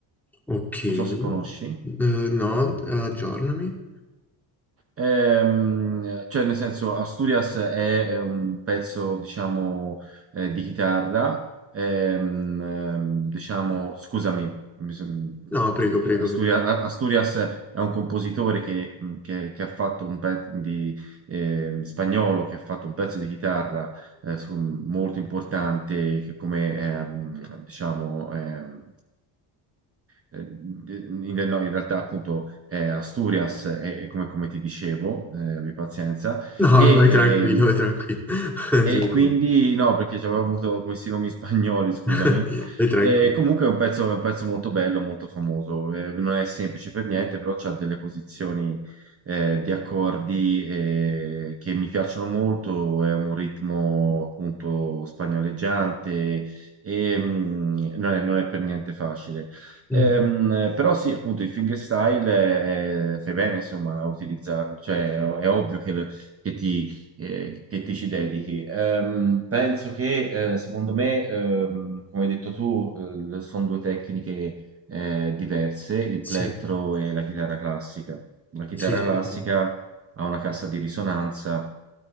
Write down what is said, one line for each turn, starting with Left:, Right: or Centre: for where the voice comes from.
Centre: ok,
Right: non so se conosci.
Centre: Eh, no, aggiornami.
Right: Ehm, cioè, nel senso, Asturias è, eh, un pezzo, diciamo, eh, di chitarra, ehm, ehm, diciamo, scusami, mi son-
Centre: No, prego,
Right: eh,
Centre: prego.
Right: Asturia-
Centre: prego.
Right: A- Asturias, è un compositore che, mm, che- che ha fatto un pezzo di eh, spagnolo, che ha fatto un pezzo di chitarra eh, su- molto importante, che come, ehm, diciamo, ehm, eh, in, no, in realtà appunto è Asturias, è, è come, come ti dicevo, eh, abbi pazienza,
Centre: No, <laughs>
Right: e,
Centre: vai tranquillo,
Right: ehm,
Centre: vai tranquillo. <laughs> Non
Right: e
Centre: ti preoccupare.
Right: quindi no, perché ci avevo avuto questi nomi spagnoli, scusami.
Centre: <laughs> Vai tranquillo.
Right: E comunque è un pezzo, è un pezzo molto bello, molto famoso. Eh, non è semplice per niente, però c'ha delle posizioni eh, di accordi eh, che mi piacciono molto. È un ritmo appunto spagnoleggiante e mm, non è, non è per niente facile. Ehm,
Centre: Mm,
Right: però sì, appunto il fingerstyle eh, fai bene insomma a utilizzarlo. Cioè, è ovvio che, il- che ti eh, che ti ci dedichi. Ehm, penso che, eh, secondo me, ehm, come hai detto tu, eh, sono due tecniche eh, diverse, il
Centre: sì,
Right: plettro e la chitarra classica. La chitarra
Centre: sì, sì,
Right: classica
Centre: sì.
Right: ha una cassa di risonanza,